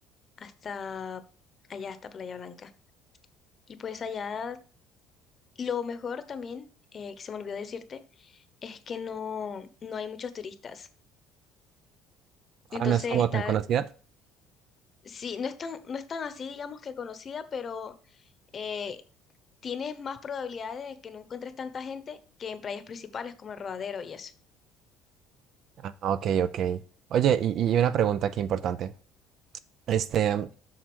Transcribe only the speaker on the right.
Ah,
no es como
tan conocida.
Ah, ok, ok. Oye, y, y una pregunta aquí importante. Este,